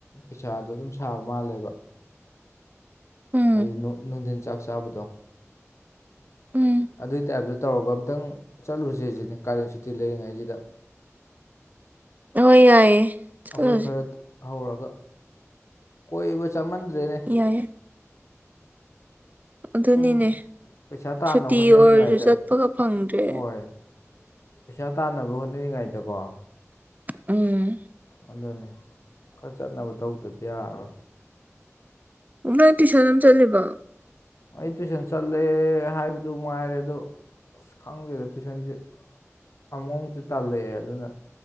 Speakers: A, on the left; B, on the right.
A: ꯄꯩꯁꯥꯗꯣ ꯑꯗꯨꯝ ꯁꯥꯕ ꯃꯥꯜꯂꯦꯕ
B: ꯎꯝ
A: ꯍꯥꯏꯗꯤ ꯅꯨꯡ ꯅꯨꯡꯊꯤꯟ ꯆꯥꯛ ꯆꯥꯕꯗꯣ
B: ꯎꯝ
A: ꯑꯗꯨꯏ ꯇꯥꯏꯞꯇ ꯇꯧꯔꯒ ꯈꯤꯇꯪ ꯆꯠꯂꯨꯁꯦꯖꯤꯅꯦ ꯀꯥꯂꯦꯟ ꯁꯨꯇꯤ ꯂꯩꯔꯤꯉꯥꯢꯁꯤꯗ
B: ꯑꯣ ꯌꯥꯏꯌꯦ ꯆꯠꯂꯁꯦ
A: ꯑꯩꯈꯣꯏ ꯈꯔ ꯍꯧꯔꯒ ꯀꯣꯏꯕ ꯆꯠꯃꯟꯗ꯭ꯔꯦꯅꯦ
B: ꯌꯥꯏꯌꯦ ꯑꯗꯨꯅꯤꯅꯦ
A: ꯁꯨꯝ ꯄꯩꯁꯥ ꯇꯥꯟꯅꯕ
B: ꯁꯨꯇꯤ
A: ꯍꯣꯠꯅꯔꯤꯉꯥꯏꯗ
B: ꯑꯣꯏꯔꯁꯨ ꯆꯠꯄꯒ ꯐꯪꯗ꯭ꯔꯦ
A: ꯍꯣꯏ ꯄꯩꯁꯥ ꯇꯥꯟꯅꯕ ꯍꯣꯠꯅꯔꯤꯉꯥꯏꯗꯀꯣ
B: ꯎꯝ
A: ꯑꯗꯨꯅꯦ ꯈꯔ ꯆꯠꯅꯕ ꯇꯧꯗ꯭ꯔꯗꯤ ꯌꯥꯔꯔꯣꯏ
B: ꯑꯣ ꯅꯣꯏ ꯇꯨꯏꯁꯟ ꯑꯃ ꯆꯠꯂꯤꯕꯣ
A: ꯑꯩ ꯇꯨꯏꯁꯟ ꯆꯠꯂꯦ ꯍꯥꯏꯕꯗꯨ ꯃꯉꯥꯏꯔꯦ ꯑꯗꯨ ꯑꯁ ꯈꯪꯗꯦꯗ ꯇꯨꯢꯁꯟꯁꯦ ꯑꯃꯨꯛꯃꯨꯛꯇꯤ ꯇꯜꯂꯛꯑꯦ ꯑꯗꯨꯅ